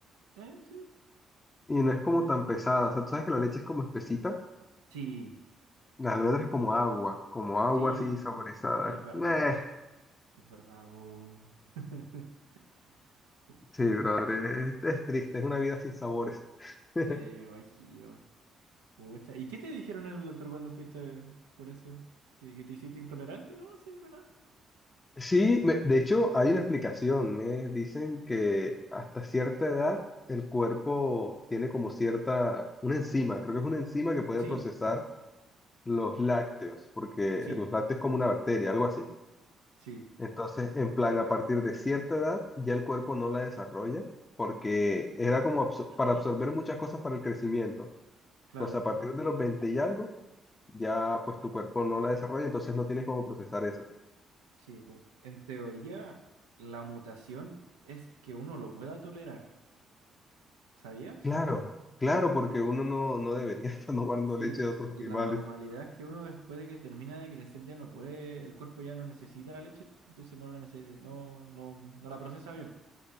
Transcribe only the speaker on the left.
y no es como tan pesada. O sea, tú sabes que la leche es como espesita,
las almendras es como agua, como agua
así saborizada.
Meh.
Sí,
brother, es, es triste, es una vida sin sabores. <laughs>
Sí, me- de hecho hay una explicación, ¿eh? Dicen que hasta cierta edad el cuerpo tiene como cierta, una enzima, creo que es una enzima que puede
procesar los lácteos, porque
los lácteos es como una bacteria, algo así.
Entonces, en plan, a partir de cierta edad ya el cuerpo no la desarrolla, porque era como absor-
para absorber muchas cosas para el crecimiento.
Entonces, a partir de los 20 y algo, ya pues tu cuerpo no la desarrolla, entonces no tienes cómo procesar eso.
Claro, claro, porque uno no, no debería <laughs> estar tomando
leche de otros animales.